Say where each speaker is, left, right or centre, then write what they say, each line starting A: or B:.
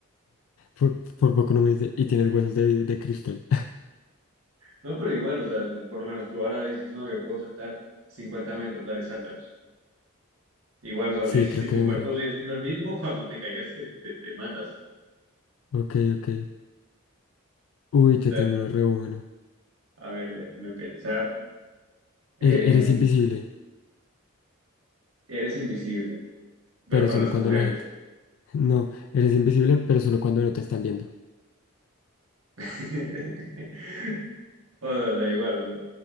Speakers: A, on the left; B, on the right.
A: por, por poco no me dice, y tiene los huesos de, de cristal.
B: No, pero igual, o sea, por lo menos tú ahora dices, no, yo puedo saltar 50 metros, dale, sáltalos. Igual,
A: <laughs>
B: o sea,
A: Sí,
B: si, <laughs> si
A: creo que
B: tu
A: demora.
B: cuerpo sigue siendo el mismo, <laughs> cuando te caigas te, te- te matas.
A: Ok, ok. Uy, te
B: Dale.
A: tengo uno re bueno.
B: A ver, déjame pensar. Eh,
A: E- Eres invisible,
B: eres invisible, pero
A: pero
B: para
A: solo
B: las
A: cuando
B: mujeres.
A: la gente. <laughs> No, eres invisible, pero solo cuando no te están viendo.
B: <laughs> O sea, da igual, o sea.